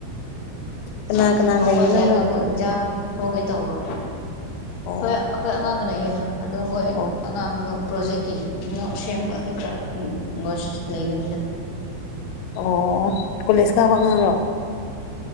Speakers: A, on the left; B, on the left.
A: ꯀꯅꯥ
B: ꯆꯥꯛꯁꯦ
A: ꯀꯅꯥ
B: ꯊꯣꯡꯂꯣꯏꯔꯦ
A: ꯂꯩꯔꯤꯅꯣ
B: ꯑꯗꯨꯕꯨ
A: ꯅꯪ
B: ꯏꯟꯖꯥꯡ ꯊꯣꯡꯒꯦ ꯇꯧꯕ
A: ꯑꯣ
B: ꯈꯣꯏ __ ꯈꯣꯏ ꯑꯉꯥꯡꯒ ꯂꯩꯌꯦ ꯑꯗꯨꯍꯣꯏ
A: ꯑꯣ
B: ꯑꯉꯥꯡꯗꯨ__ ꯄ꯭ꯔꯣꯖꯦꯛꯀꯤ ꯏꯅꯣ ꯁꯦꯝꯕ ꯑꯗ ꯈꯔ ꯅꯣꯏꯁ ꯂꯩꯒꯅꯤꯗ __
A: ꯑꯣ ꯑꯣ ꯀꯣꯂꯦꯖ ꯀꯥꯕ ꯑꯉꯥꯡꯔꯣ